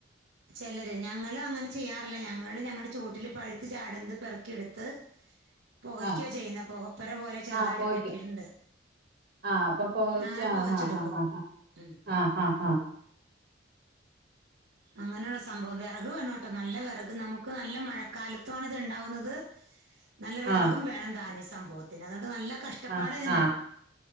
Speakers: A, on the right (about 80°); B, on the right (about 55°).
A: ചെലര് ഞങ്ങള് അങ്ങനെ ചെയ്യാറില്ല ഞങ്ങള് ഞങ്ങടെ ചോട്ടില് പഴുത്ത് ചാടുന്നത് പെറുക്കിയെടുത്ത് പൊകയ്ക്കാ
B: ആഹ്
A: ചെയ്യുന്നെ പൊകപ്പൊര പോലെ ചെറുതായിട്ട്
B: ആഹ് പോവയ്ക്ക
A: കെട്ടിയിട്ടുണ്ട്
B: ആഹ് അപ്പൊ പോവച്ച
A: അങ്ങനെ
B: ആഹ്
A: പൊകച്ചെടുക്കും
B: ആഹ് ആഹ്
A: ഉം
B: ആഹ് ആഹ് ആഹ് ആഹ്
A: അങ്ങനെയുള്ള സംഭവം വിറക് വേണോ കേട്ടോ നല്ല വിറക് നമുക്ക് നല്ല മഴക്കാലത്തുവാണ് ഇത് ഉണ്ടാവുന്നത്. നല്ല വിറകും
B: ആഹ്
A: വേണം താനി സംഭവത്തിന് അതുകൊണ്ട് നല്ല കഷ്ടപ്പാട്
B: ആഹ്
A: ഇതിന്
B: ആഹ്